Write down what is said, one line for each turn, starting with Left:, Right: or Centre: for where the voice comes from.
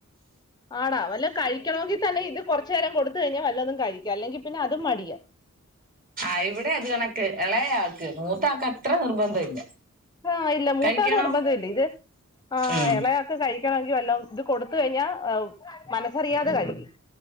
Left: ആടാ വല്ല കഴിക്കണമെങ്കിൽ തന്നെ ഇത് കൊറച്ച് നേരം കൊടുത്തു കഴിഞ്ഞാൽ വല്ലതും കഴിക്ക അല്ലെങ്കിൽ പിന്നെ അതും മടിയാ
Right: ആ ഇവിടെ അത് കണക്ക് ഇളയാൾക്ക് മൂ മൂത്താക്ക് അ അത്ര നിർബന്ധം ഇല്ല
Left: ആ ഇല്ല മൂത്താൾക്ക്
Right: കഴിക്കണോ
Left: നിർബന്ധമില്ല ഇത് ആ
Right: ഉം
Left: എളെയാൾക്ക് കഴി ക്കണമെങ്കിൽ വല്ലോം ഇത് കൊടുത്ത് കഴിഞ്ഞാ മനസ്സറിയാതെ കഴിക്കും